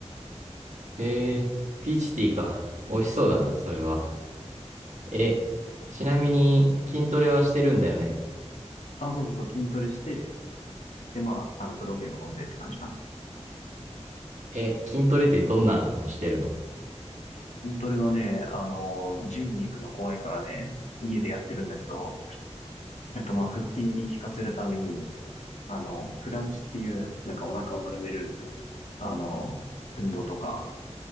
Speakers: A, on the right; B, on the left.
A: へえ、ピーチティーか。美味しそうだな、それは。え、ちなみに筋トレはしてるんだよね。
B: あ、そうそうそう、筋トレして、でまあ、あの、プロテインも飲んでって感じかな。
A: え、筋トレってどんなのしてるの
B: 筋トレはね、あの、ジムに行くの怖いからね、家でやってるんだけど、えっとまあ、腹筋に効かせるために、あの、クランチっていう、なんかお腹を丸める、あの、運動とか、